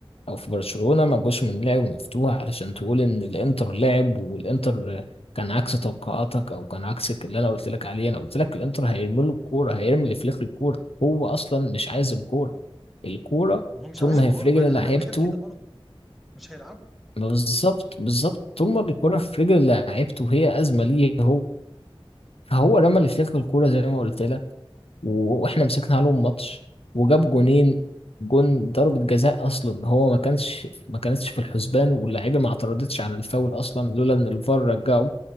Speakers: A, on the left; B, in the centre.
A: او في برشلونة ما جوش من لعب مفتوح علشان تقول ان الانتر لعب والانتر كان عكس توقعاتك او كان عكس اللي انا قلت لك عليه انا قلت لك الانتر هيرمي له الكوره هيرمي لفليك الكوره هو اصلا مش عايز الكوره الكوره
B: هو مش
A: طول
B: عايز
A: ما
B: الكورة
A: هي في رجل
B: ما
A: لعيبته
B: أنا قلت لك كده برضه مش هيلعبوا
A: ما بالظبط بالظبط طول ما الكوره في رجل لعيبته هي ازمه ليه هو فهو رمى لفليك
B: مم.
A: الكوره زي ما قلت لك و- واحنا مسكنا عليهم ماتش وجاب جونين جون ضربة جزاء اصلا هو ما كانش ما كانتش في الحسبان واللعيبه ما اعترضتش على الفاول اصلا لولا ان الفار رجعه